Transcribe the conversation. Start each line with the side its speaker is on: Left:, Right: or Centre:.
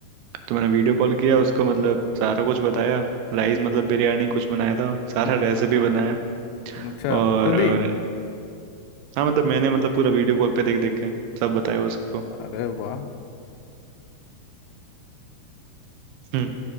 Right: तो मैंने वीडियो कॉल किया उसको मतलब सारा कुछ बताया राइस
Left: फिर?
Right: मतलब बिरयानी कुछ बनाया था सारा
Left: हम्म
Right: रेसिपी बनाया
Left: हम्म, अच्छा
Right: और,
Left: खुद
Right: और
Left: ही
Right: हाँ मतलब मैंने मतलब पूरा वीडियो कॉल पे देख देख के सब बताया
Left: हाँ।
Right: उसको
Left: अरे वाह
Right: हम्म